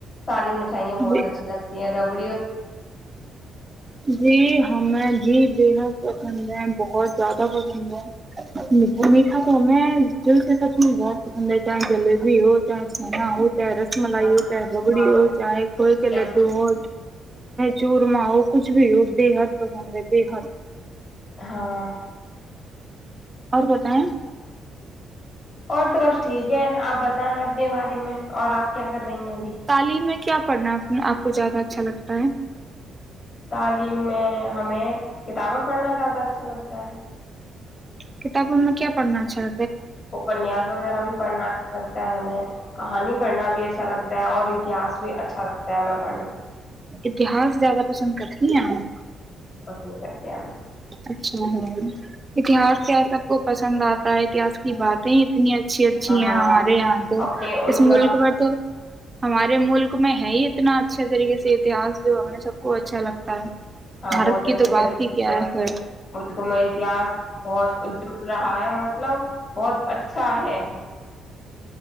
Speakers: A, on the left (about 55°); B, on the right (about 25°).
A: ساری مٹھائیاں بہت
B: جی
A: اچھی لگتی ہیں ڈبو
B: جی ہمیں جھی بےحد پسند ہے بہت زیادہ پسند ہے میٹا میٹھا تو ہمیں دل سے سب چ بہت پسند ہے چاہے جلیبی ہو چاہے چنا ہو چاہے رس ملائی
A: ہاں
B: ہو چاہے بگڑی
A: باتیں
B: ہو چاہے کوئے
A: کر
B: کے
A: آپ
B: لڈو
A: کو
B: ہو چورم وہ کچھ بھی ہو بے حد پسند ہے ب حال
A: ہاں
B: اور بتائیں
A: اور تو بس ٹھیک ہے آپ بتائیں اب کے بارے میں اور آپ کیا کر رہی ہیں ابھی
B: تعلیم میں کیا پڑھنا آپ کو زیادہ اچھا لگتا ہے <unintelligible>
A: تعلیم میں ہمیں کتابیں پڑھنا زیادہ اچھا لگتا ہے
B: کتابوں میں کیا ارناچل
A: اپنیاس وغیرہ بھی پڑھنا اھا لگتا ہے ہمیں کہانی پڑھنا بھی اچھا لگتا ہے اور اتہس بھی اچھا لگتا ہے پڑنا
B: اتہاس زیادہ پسند کرتے نہیں
A: فون کر دیایں
B: اچھا ہے اتہاس کیا سب کو پسند آتا ہے اتحس کی باتیں اتنی اچھی اچھی
A: ہاں
B: ہیں ہمارے یہاں تو
A: اپنے ان
B: اس ملک
A: کا
B: میں تو ہمارے ملک میں ہے ہی اتنا اچھا پچ کر، ستیہس جو ہم سب کو اچھا لگتا ہے
A: ہاں
B: بھارت
A: بہت
B: کی
A: اچھے
B: تو بات
A: طریقے
B: ہی کیا
A: سے
B: ہے
A: کھ کو میں اتہس اور ا رہا ہے مطلب بہت اچھا ہے